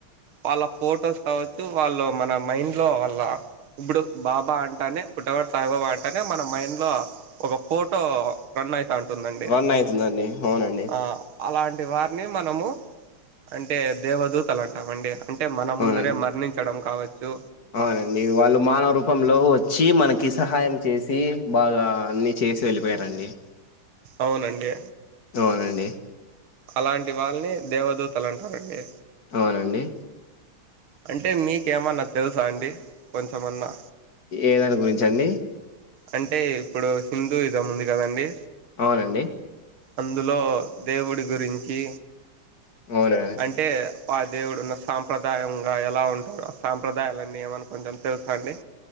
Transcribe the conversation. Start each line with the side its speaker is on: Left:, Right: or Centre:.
Right: వాళ్ళ ఫొటోస్ కావచ్చు వాళ్ళు మన మైండ్లో వాళ్ళ ఇప్పుడు బాబా అంటానే పుట్టపర్తి సాయిబాబా అంటేనే మన మైండ్లో ఒక ఫోటో రన్ అయితా ఉంటుందండి
Left: రన్ అయితుందండి అవునండి
Right: ఆ అలాంటి వారిని మనము అంటే దేవదూతలు అంటామండి. అంటే మన
Left: అవునండి
Right: ముందరే మరణించడం కావచ్చు
Left: అవునండి వాళ్ళు మానవ రూపంలో వచ్చి మనకి సహాయం చేసి బాగా అన్ని చేసి వెళ్ళిపోయారండి.
Right: అవునండి
Left: అవునండి
Right: అలాంటి వాళ్ళని దేవదూతలు అంటారండి.
Left: అవునండి
Right: అంటే మీకేమన్నా తెలుసా అండి కొంచమన్నా
Left: ఏదాని గురించండి
Right: అంటే ఇప్పుడు హిందూ ఇసం ఉంది కదండి
Left: అవునండి
Right: అందులో దేవుడి గురించి
Left: అవునండి
Right: అంటే దేవుడు ఉన్న సాంప్రదాయం ఇంకా ఎలా ఉంటారు అ సాంప్రదాయాలన్నీ ఏమైనా కొంచెం తెలుసా అండి